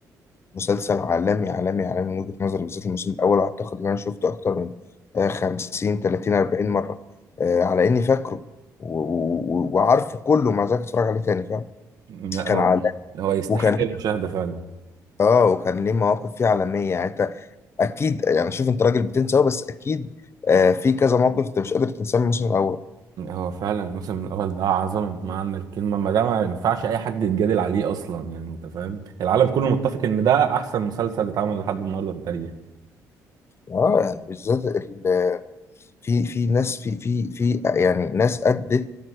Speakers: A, on the left; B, on the right.
A: مسلسل عالمي عالمي عالمي من وجهة نظري بالذات الموسم الأول أعتقد إن أنا شفته أكتر من آه، 50 30 40 مرة آه، على إني فاكره و- و- و- وعارفه كله مع ذلك أتفرج عليه تاني فاهم
B: لا
A: كان
B: هو
A: عالمي
B: هو يستحق
A: وكان
B: المشاهده فعلا
A: آه وكان ليه مواقف فيه عالمية يعني أنت أكيد يعني شوف أنت راجل بتنسى أهو، بس أكيد آه، في كذا موقف أنت مش قادر تنساه من الموسم الأول
B: هو فعلا الموسم الاول ده عظمه بمعنى الكلمه ما ده ما ينفعش اي حد يتجادل عليه اصلا يعني انت فاهم العالم كله متفق ان ده احسن مسلسل اتعمل لحد النهارده في التاريخ
A: آه يعني بالذات ال- في في ناس في في في يعني ناس أدت